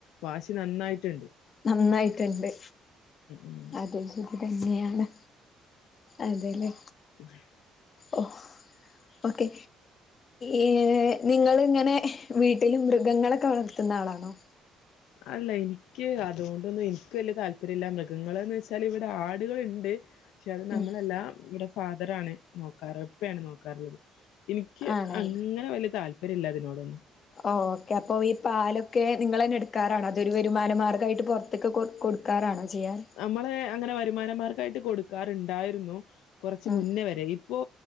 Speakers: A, on the left; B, on the left.
A: വാശി നന്നായിട്ട്ണ്ട്
B: നന്നായിട്ടുണ്ട്
A: ഉം
B: അതെ ഹും തന്നെയാണ് അതെ ലെ
A: <unintelligible>
B: ഓ ഓക്കെ ഏ നിങ്ങള് ഇങ്ങനെ വീട്ടിലും മൃഗങ്ങളൊക്കെ വളർത്തുന്ന ആളാണോ
A: അല്ലേ ഇൻക്ക് അതുകൊണ്ടൊന്നും ഇൻക്ക് വലിയ താല്പര്യം ഇല്ല മൃഗങ്ങള് ന്ന് വെച്ചാൽ ഇവിടെ ആടുകളുണ്ട് പക്ഷേ അത് നമ്മളെല്ലാം
B: ഉം
A: ഇവിടെ ഫാദറാണ് ആണ് നോക്കാറ് ഇപ്പേണ് നോക്ക ക്ക <unintelligible> ഇനിക്ക്
B: ആണേ
A: അങ്ങനെ വല്യ താല്പര്യം ഇല്ല ഇതിനോടൊന്നും
B: ഓ ഓക്കെ അപ്പോ ഈ പാലൊക്കെ നിങ്ങൾ തന്നെ എടുക്കാറാണോ അതൊരു വരുമാന മാർഗായിട്ട് പൊർത്ത്ക്ക്‌ കൊ കൊടു ക്കാറാണോ ചെയ്യാറ്
A: നമ്മള് അങ്ങനെ വരുമാനമാർക്കായിട്ട് കൊടുക്കാറുണ്ടായിരുന്നു കൊറച്ച്
B: ഉം
A: മുന്നേ വരെ ഇ ഇപ്പോ